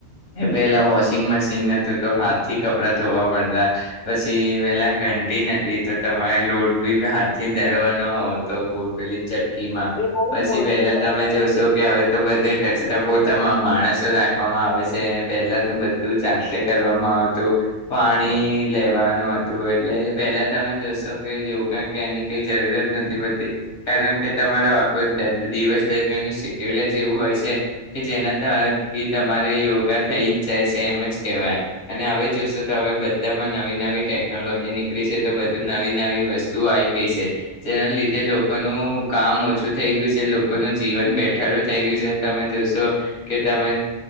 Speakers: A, on the left (about 80°); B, on the left (about 50°).
A: એ પેલા વોશિંગ મશીન હતું તો, હાથ થી કપડાં ધોવા મળતા. <unintelligible> ટી નથી ત તમારે લોટ બી હાથ થી દડવાનો હોવ તો ગોડેલી ચક્કી માં
B: એ બહુ
A: પી
B: મોટી
A: પછી પહેલા
B: ચર્ચા
A: તમે જોશો
B: છે.
A: કે હવે તો બધે કચરા પોતામાં માણસો રાખવામાં આવે છે જે પહેલા તો બધું જાતે કરવામાં આવતું પાણી
B: હમ.
A: લેવાનું હતું તો એટલે પેલા તમે જોશો કે યોગા કે એની કઈ જરૂરત નથી પતી કારણ કે તમારે આખ દિવસ દરમિયાન ન સિટ્યુલ જ એવું હોય છે કે જેનાથી તમારે યોગા થઈ જ જાય છે એમજ કેવાય અને હવે જોશો તો હવે બધા બધામાં નવી નવી ટેકનોલોજી નીકળી છે તો બધું નવી નવી વસ્તુ આવી ગઈ છે જેના લીધે લોકોનું કામ ઓછું થઈ ગયું છે લોકોનું જીવન બેઠાડું થઈ ગયું છે તમે જોશો કે તમે